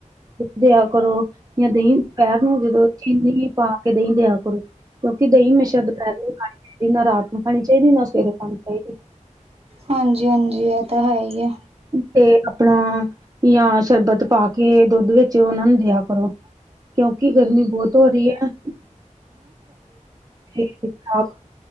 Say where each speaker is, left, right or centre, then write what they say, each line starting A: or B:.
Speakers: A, on the right (about 30°); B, on the right (about 50°).
A: ਦਿਆ ਕਰੋ, ਜਾਂ ਦਹੀਂ ਦੁਪਹਿਰ ਨੂੰ ਜਦੋਂ ਚੀਨੀ ਪਾ ਕੇ ਦਹੀਂ ਦਿਆ ਕਰੋ। ਕਿਉਂਕਿ ਦਹੀਂ ਹਮੇਸ਼ਾ ਦੁਪਹਿਰੇ ਖਾਣੀ ਚਾਹੀਦੀ, ਨਾ ਰਾਤ ਨੂੰ ਖਾਣੀ ਚਾਹੀਦੀ ਨਾ, ਸਵੇਰੇ ਖਾਣੀ ਚਾਹੀਦੀ।
B: ਹਾਂਜੀ -ਹਾਂਜੀ ਇਹ ਤਾਂ ਹੈ ਹੀ ਐ।
A: ਤੇ ਆਪਣਾ ਜਾਂ ਸ਼ਰਬਤ ਪਾ ਕੇ ਦੁੱਧ ਵਿੱਚ ਉਹਨਾ ਨੂੰ ਦਿਆ ਕਰੋ। ਕਿਉਂਕਿ ਗਰਮੀ ਬਹੁਤ ਹੋ ਰਹੀ ਹੈ। <unintelligible>